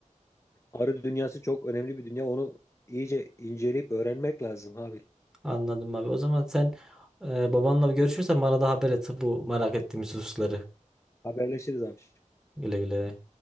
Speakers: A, on the left; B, in the centre.
A: Arı dünyası çok önemli bir dünya. Onu iyice inceleyip öğrenmek lazım abi.
B: Anladım abi. O zaman sen e, babanla bir görüşürsen bana da haber et bu merak ettiğimiz hususları.
A: Haberleşiriz abi.
B: Güle güle.